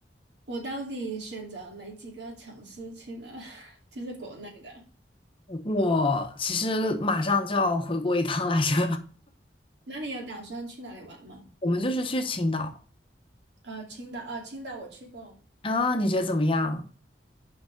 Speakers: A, on the right; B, on the left.
A: 我到底选择哪几个城市去呢？<laughs> 就是国内的。
B: 我其实马上就要回国一趟来着，
A: 那你有打算去哪里玩吗？
B: <laughs> 我们就是去青岛
A: 呃，青岛，啊、青岛我去过。
B: 啊，你觉得怎么样？